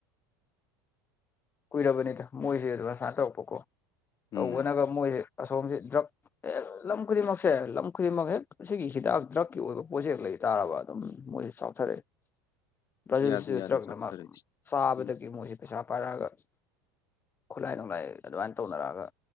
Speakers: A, on the left (about 25°); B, on the left (about 45°).
A: ꯀꯨꯏꯔꯕꯅꯤꯗ ꯃꯣꯏꯁꯦ ꯑꯗꯨꯝ ꯑꯁꯥꯏ ꯇꯧꯔꯛꯄꯀꯣ ꯇꯧꯕꯅꯒ
B: ꯎꯝ
A: ꯃꯣꯏꯁꯦ ꯑꯁꯣꯝꯁꯦ ꯗ꯭ꯔꯛ ꯍꯦꯛ ꯂꯝ ꯈꯨꯗꯤꯡꯃꯛꯁꯦ ꯂꯝ ꯈꯨꯗꯤꯡꯃꯛ ꯍꯦꯛ ꯑꯁꯤꯒꯤ ꯍꯤꯗꯥꯛ ꯗ꯭ꯔꯛꯀꯤ ꯑꯣꯏꯕ ꯄꯣꯠꯁꯦ ꯍꯦꯛ ꯂꯩꯇꯥꯔꯕ ꯑꯗꯨꯝ ꯃꯣꯏꯁꯤ ꯆꯥꯎꯊꯔꯛꯑꯦ ꯖꯜꯁꯤꯁꯨ
B: ꯌꯥꯗꯦ ꯌꯥꯗꯦ
A: ꯗ꯭ꯔꯛꯅ
B: ꯆꯥꯎꯊꯔꯗꯤ
A: ꯑꯃ ꯆꯥꯕꯗꯒꯤ
B: ꯎꯝ
A: ꯃꯣꯏꯁꯤ ꯄꯩꯁꯥ ꯄꯥꯏꯔꯛꯑꯒ ꯈꯨꯠꯂꯥꯏ ꯅꯨꯡꯂꯥꯏ ꯑꯗꯨꯃꯥꯏꯅ ꯇꯧꯅꯔꯛꯑꯒ